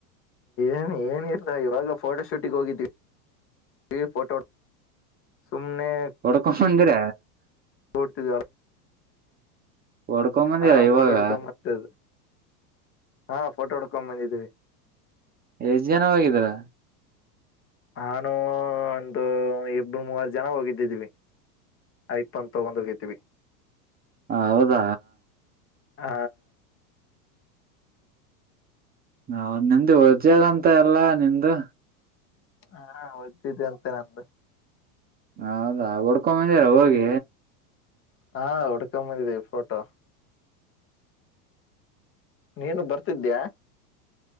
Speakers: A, on the left; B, on the right.
A: ಏನ್ ಏನ ಇಲ್ಲ ಇವಾಗ ಫೋಟೋ ಶೂಟಿಗೆ ಹೋಗಿದ್ದೀವಿ. ಈ ಫೋಟೋ ಹೊಡ್ಕೋ ಸುಮ್ನೆ.
B: ಹೊಡ್ಕೊ ಬಂದ್ರೆ.
A: <unintelligible>
B: ಹೊಡ್ಕೊಂಡ್ ಬಂದಿರ
A: ಆ
B: ಇವಾಗ
A: ಫೋಟೋ ಹೊಡ್ಕೊಂಡು. ಹಾ ಫೋಟೋ ಹೊಡ್ಕೊಂಡ್ ಬಂದಿದ್ದೀವಿ.
B: ಎಸ್ಟ್ ಜನ ಹೋಗಿದ್ದೀರಾ.
A: ನಾನು ಒಂದು ಇಬ್ರು ಮೂವರು ಜನ ಹೋಗಿದ್ದಿದ್ವಿ. ಐಫೋನ್ ತಗೊಂಡ್ ಹೋಗಿದ್ವಿ
B: ಹೌದಾ.
A: ಹ
B: ನಾ ನಿಮ್ದು ವರ್ಜದಂತ ಎಲ್ಲಾ ನಿಮ್ದು.
A: ಹಾ ವಚ್ ಇದೆ ಅಂತೆ ನಂದು.
B: ಹೌದಾ ಹೊಡ್ಕೊಂಬಂದಿರ ಹೋಗಿ.
A: ಹ ಹೊಡ್ಕೋ ಬಂದಿದಿವಿ ಫೋಟೋ. ನೀನು ಬರ್ತಿದ್ದ್ಯಾ.